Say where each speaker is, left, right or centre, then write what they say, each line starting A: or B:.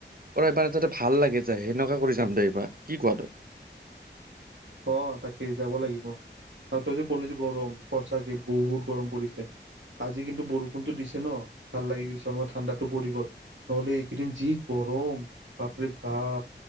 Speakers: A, on the right; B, on the right.
A: অ এইবাৰে তাতে ভাল লাগে যায়, সেনেকোৱা কৰি যাম দে এইবা, কি কোৱা তই?
B: অহ তাকেই যাব লাগিব। আৰু তই যে কলি যে গৰম, সচাকে বহুত গৰম পৰিছে। আজি কিন্তু বৰষুণতো দিছে ন ভাল লাগি গৈছে, অলপ ঠাণ্ডাটো পৰি গ'ল নহ'লে এইকেইদিন যি গ ৰম বাপৰে বাপ,